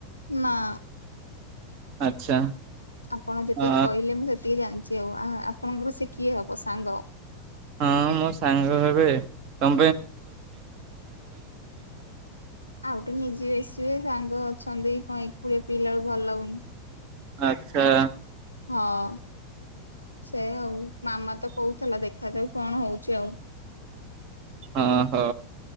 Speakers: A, on the left (about 85°); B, on the right (about 45°).
A: ନାଁ।
B: ଆଚ୍ଛା।
A: ଆପଣ ଯେତିକି
B: ଅ
A: କଇଲେ ମୁଁ ସେତିକି ଜାଣିଚି ଆଉ ଆହା ଆପଣଙ୍କର ସେ କିଏ ହବ ସାଙ୍ଗ?
B: ହଁ ମୋ ସାଙ୍ଗ ହେବେ, ତ
A: ଆଉଟେ ନିଜେ ଆସିବେ ସାଙ୍ଗ ଅଛନ୍ତି କଁଏକୁ ପିଲା ଭଲ୍ ଲାଗୁନି।
B: ଆଚ୍ଛା।
A: ହଁ ସେ ଆଉ ମାମା ତ କହୁଥଲା ଦେଖାଯାଉ କଣ ହଉଛି ଆଉ।
B: ହଁ ହ।